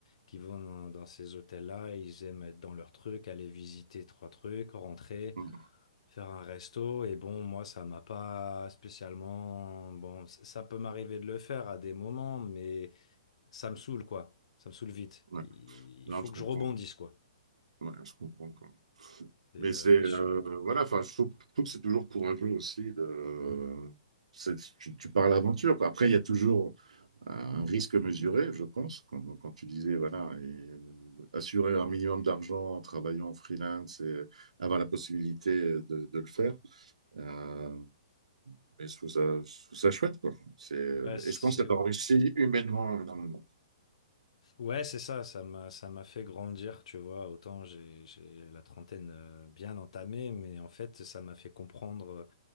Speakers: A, on the left; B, on the right.
A: qui vont dans, dans ces hôtels-là, ils aiment être dans leur truc, aller visiter trois trucs, rentrer,
B: Mhm.
A: faire un resto, et bon, moi, ça m'a pas spécialement, bon, c- ça peut m'arriver de le faire à des moments, mais ça me saoule, quoi, ça me saoule vite.
B: Ouais.
A: Il
B: Non,
A: il faut
B: je
A: que
B: comprends.
A: je rebondisse, quoi.
B: Ouais, je comprends.
A: Et,
B: Mais
A: euh,
B: c'est
A: mais
B: euh,
A: je,
B: voilà, enfin, je trouve, je trouve que c'est toujours courageux aussi de. c'est- Tu, tu pars à l'aventure, quoi. Après, il y a toujours un risque mesuré, je pense, quand, quand tu disais, voilà, et euh, assurer un minimum d'argent en travaillant en freelance et avoir la possibilité de, de le faire. Euh, mais je trouve ça, je trouve ça chouette, quoi. C'est,
A: Ouais, c'est
B: et je pense que ça réussi humainement énormément.
A: ouais, c'est ça, ça m'a ça m'a fait grandir, tu vois. Autant j'ai j'ai la trentaine euh, bien entamée, mais en fait, ça m'a fait comprendre